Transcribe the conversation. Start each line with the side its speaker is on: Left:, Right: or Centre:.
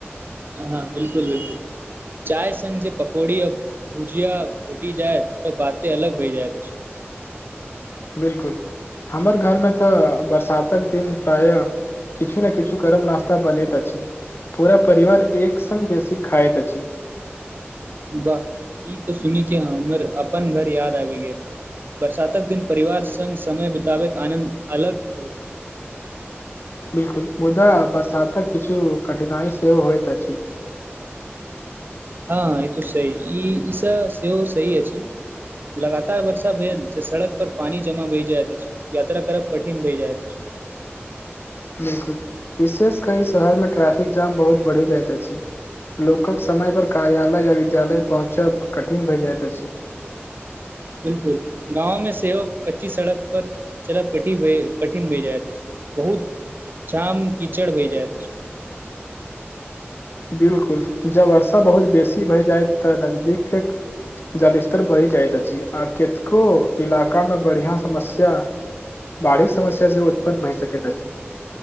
Right: हँ, बिल्कुल -बिलकुल! चाय संग जे पकौड़ी, आ भुजिया भेटी जाय तऽ बाते अलग होय जायइ अछि।
Left: बिलकुल! हमर घरमे तऽ बरसातक दिन प्रायः किछु ने किछु गरम नास्ता बनैत अछि, जे पूरा परिवार एक सङ् बेसी खायइत अछि।
Right: वाह! ई त सुन के हमर अपन घर याद आबि गेल। बरसातक दिन परिवार सङ्ग समय बिताबैके आनन्द अलग होइत अछि।
Left: बिलकुल! मुदा बरसातक किछु कठिनाइ सेहो होइत अछि।
Right: हाँ, ई तऽ सही, ई ईसभ सेहो सही अछि। लगातार वर्षा भेला से, सड़क पर पानी जमा बहि जायइत अछि। यात्रा करब कठिन भइ जाइत अछि।
Left: बिलकुल! विशेष क ई शहरमे ट्रैफिक जाम बहुत बढ़ि जाइत अछि। लोकक समय पर, कार्यालय या विद्यालय पहुँचब कठिन भऽ जाइत अछि।
Right: 'बिलकुल'! गाँंव में सेहो कच्ची सड़क पर चलब, क कठिन भए जायत अछि। बहुत जाम कीचड़ बह जायइत अछि।
Left: 'बिलकुल'! जब वर्षा बहुत बेसी भय जाय तऽ नजदीकक जल स्तर बढ़ि जाइत अछि, आ कतको इलाकामे बढ़िआँ समस्या बढ़ीक समसा सेहो उत्पन्न भइ सकैत अछि।